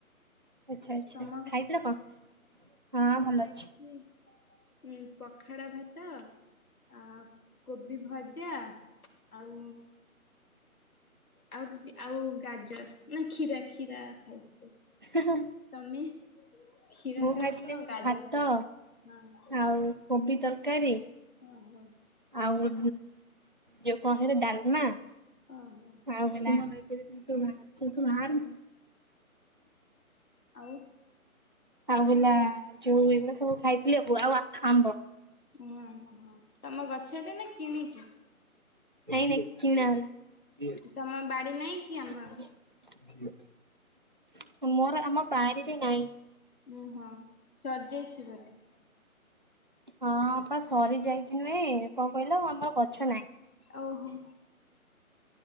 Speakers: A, on the right; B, on the left.
A: ଆଚ୍ଛା ଆଚ୍ଛା
B: ତମ
A: ଖାଇଥିଲ କଣ? ହଁ ଭଲ
B: ଖାଇଥିଲି
A: ଅଛି।
B: ପଖାଳ ଭାତ ଆ କୋବି ଭଜା, ଆଉ ଆଉ କିଛି ଆଉ ଗାଜର ନା କ୍ଷୀରା କ୍ଷୀରା ଖାଇଥିଲି।
A: ହଁ ହଁ।
B: ତମେ? କ୍ଷୀର
A: ମୁଁ
B: ସହିତ
A: ଖାଇଥିଲି
B: ଗାଜର
A: ଭାତ
B: କଷା। ହଁ
A: ଆଉ କୋବି ତରକାରୀ।
B: ଓହୋ।
A: ଆଉ ଯୋଉ କଣ ହେଲା ଡାଲମା।
B: ଓହୋ
A: ଆଉ ହେଲା ସେ ତୁ ବାହାର
B: ଆଉ?
A: ଆଉ ହେଲା ଯୋଉ ଏଇଗୁଡା ସବୁ ଖାଇଥିଲି ଆବୁ ଆଉ ଆମ୍ବ।
B: ଓ ତମ ଗଛରେ ନା କିଣିକି?
A: ନାଇଁ ନାଇଁ କିଣା ବାଲା।
B: ତମ ବାଡି ନାହିଁ କି ଆମ୍ବ?
A: ମୋର ଆମ ବାରିରେ ନାହିଁ।
B: ଓହଁ ସରିଯାଇଛି ବୋଧେ?
A: ହଁ ପା ସରି ଯାଇଛି ନୁହେଁ, କଣ କହିଲ ଆମର ଗଛ ନାହିଁ।
B: ଓହୋ।